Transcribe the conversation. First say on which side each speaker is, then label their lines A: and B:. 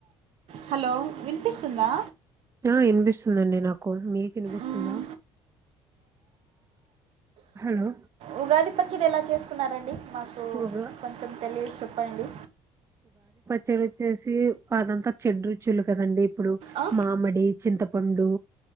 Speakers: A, on the right; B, on the right.
A: హలో వినిపిసుందా
B: ఆ ఇనిపిస్తుందండి నాకు. మీకు ఇనిపిస్తుందా.
A: మ్మ్,
B: హలో
A: ఉగాది పచ్చడి ఎలా చేసుకున్నారండి. మాకు
B: ఉగా
A: కొంచెం తెలిద్ చెప్పండి.
B: చడ్ వచ్చేసి. అదంతా చెడ్రుచులు కదండి. ఇప్పుడు
A: ఆ?
B: మామిడి, చింతపండు,